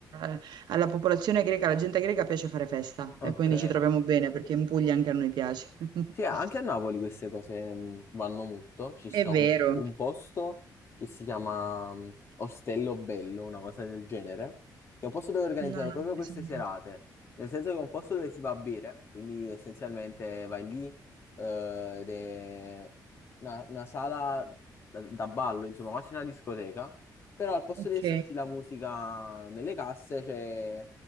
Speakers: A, on the right; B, on the left.
A: eh, alla popolazione greca, alla gente greca piace fare festa
B: ok.
A: e quindi ci troviamo bene perché in Puglia anche a noi piace. <laughs>
B: Sì, anche a Napoli queste cose mh, vanno molto. Ci
A: È
B: sta
A: vero.
B: un, un posto che si chiama mh, Ostello Bello, una cosa del genere, che è un posto dove organizzano
A: No, non
B: proprio
A: l'ho
B: queste
A: mai sentito.
B: serate, nel senso che è un posto dove si va a bere, quindi essenzialmente vai lì eh, ed è una, una sala da, da ballo, insomma, quasi una discoteca, però al posto
A: Ok,
B: di esserci la musica nelle casse c'è